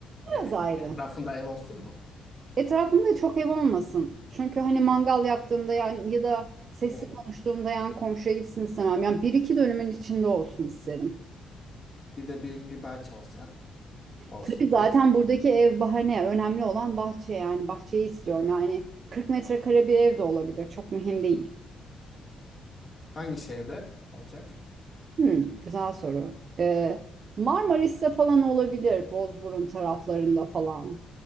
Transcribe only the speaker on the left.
E,
etrafında ev olsun mu?
Hmm.
Bir de büyük bir bahçe olsa olsun.
Hangi şehirde olacak?